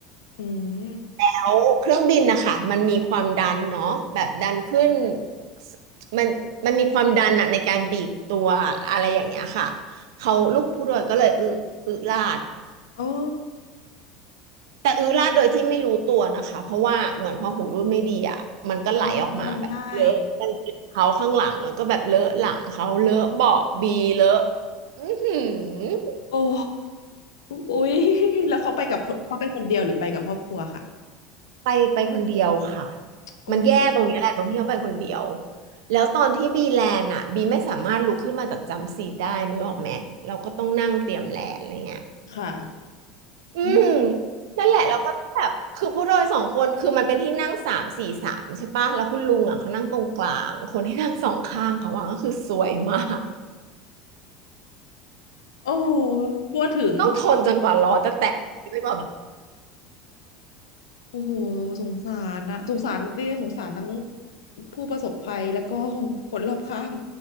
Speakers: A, on the left; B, on the right.
A: อืม
B: แล้วเครื่องบินนะคะมันมีความดันเนาะแบบดันขึ้นสมันมันมีความดันอะในการบีบตัวอะไรอย่างเงี้ยค่ะเขาลูกผู้โดยก็เลยอึอึลาด
A: โอ้
B: แต่อื้อราดโดยที่ไม่รู้ตัวนะคะเพราะว่าเหมือนพอหูรูดไม่ดีอ่ะมันก็ไหลออกมาแบบเลอะกางเกงเขาข้างหลังแล้วก็แบบเลอะหลังเขาเลอะเบาะบีเลอะ
A: อ๋อมันง่าย
B: อือหือ
A: โอ้อุ๊ยแล้วเขาไปกับคนเขาไปคนเดียวหรือไปกับครอบครัวค่ะ
B: ไปไปคนเดียวค่ะ
A: โอ
B: มันแย่ตรงนี้แหละตรงที่เขาไปคนเดียว
A: ้
B: แล้วตอนที่บีแลนด์อ่ะบีไม่สามารถลุกขึ้นมาจากจัมป์ซีทได้นึกออกไหมเราก็ต้องนั่งเตรียมแลนด์อะไรเงี้ย
A: ค่ะ
B: อืม
A: อืม
B: นั่นแหละแล้วก็แบบคือผู้โดยสองคนคือมันเป็นที่นั่งสามสี่สามใช่ปะแล้วคุณลุงอ่ะเขานั่งตรงกลางคนที่นั่งสองข้างเขาว่าก็คือสวยมาก
A: โอ้ทั่วถึง
B: ต้องทนจนกว่าล้อจะแตกเลยแบบ
A: โอ้โหสงสารนะสงสารดิฉันสงสารทั้งผู้ประสบภัยแล้วก็คนรอบข้าง